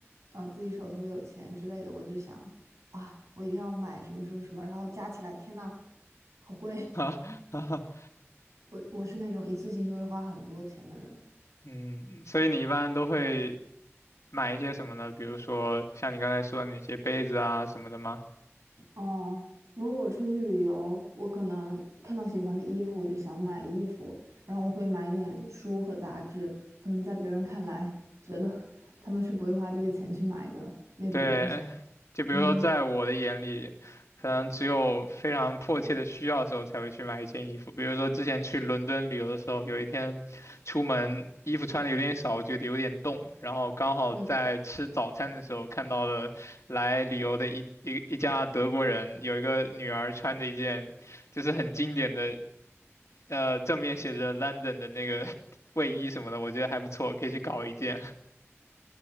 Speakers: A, on the right; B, on the left.
A: 呃自己手头有钱之类的，我就想啊，我一定要买什么什么什么，然后加起来，天呐，好贵！
B: <laughs>
A: <laughs> 我我是那种一次性就会花很多钱的人。
B: 嗯，所以你一般都会买一些什么呢？比如说像你刚才说的那些杯子啊什么的吗？
A: 哦，如果我出去旅游，我可能看到喜欢的衣服，我就想买衣服，然后我会买一点书和杂志，可能在别人看来觉得 <laughs> 他们是不会花这个钱去买的那种东西。
B: 对，就比如说，
A: 嗯
B: 在我的眼里，可能只有非常迫切的需要的时候才会去买一件衣服。比如说，之前去伦敦旅游的时候，有一天出门衣服穿的有点少，我觉得有点冻，然后刚好在吃早餐的时候看到了来旅游的一一一家德国人，
A: 嗯。
B: 有一个女儿穿着一件就是很经典的，呃，正面写着 London 的那个 <laughs> 卫衣什么的，我觉得还不错，可以去搞一件。